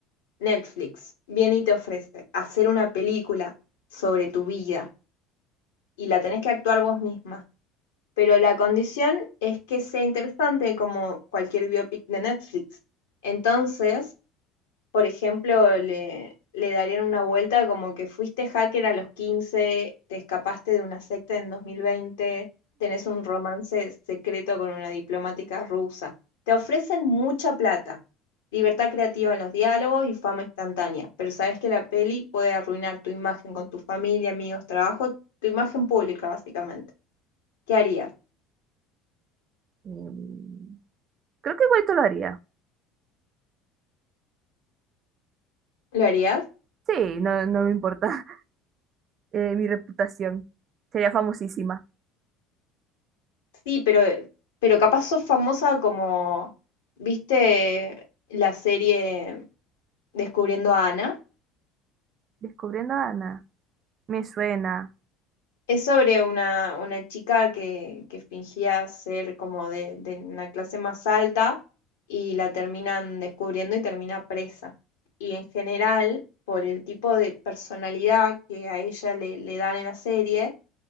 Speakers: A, on the left (about 75°); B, on the right (about 45°).
A: Netflix viene y te ofrece hacer una película sobre tu vida y la tenés que actuar vos misma, pero la condición es que sea interesante como cualquier biopic de Netflix. Entonces, por ejemplo, le, le darían una vuelta como que fuiste hacker a los 15, te escapaste de una secta en 2020, tenés un romance secreto con una diplomática rusa. Te ofrecen mucha plata, libertad creativa en los diálogos y fama instantánea, pero sabes que la peli puede arruinar tu imagen con tu familia, amigos, trabajo, tu imagen pública básicamente. ¿Qué harías?
B: em, creo que igual lo haría.
A: ¿Lo harías?
B: Sí, no, no me importa <laughs> eh, mi reputación. Sería famosísima.
A: Sí, pero, pero capaz sos famosa como, ¿viste la serie Descubriendo a Ana?
B: Descubriendo a Ana, me suena.
A: Es sobre una, una chica que, que fingía ser como de, de una clase más alta y la terminan descubriendo y termina presa. Y en general, por el tipo de personalidad que a ella le, le dan en la serie,